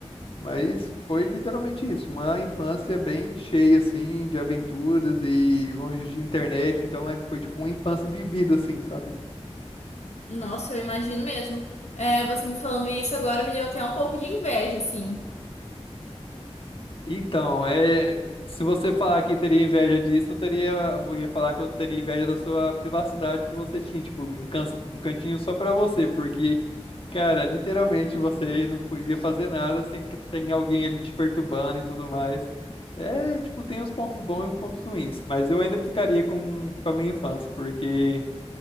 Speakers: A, on the left; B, on the left.
A: Mas foi literalmente isso, uma infância bem cheia, assim, de aventuras e longe de internet. Então é- foi, tipo, uma infância vivida, assim, sabe?
B: Nossa, eu imagino mesmo. É, você me falando isso agora me deu até um pouco de inveja, assim.
A: Então, é, se você falar que teria inveja disso, eu teria, eu ia falar que eu teria inveja da sua privacidade que você tinha, tipo, de um, can- um cantinho só pra você, porque, cara, literalmente você não podia fazer nada sem t- ter alguém ali te perturbando e tudo mais. É, tipo, tem os pontos bons e os pontos ruins, mas eu ainda ficaria com, com a minha infância, porque,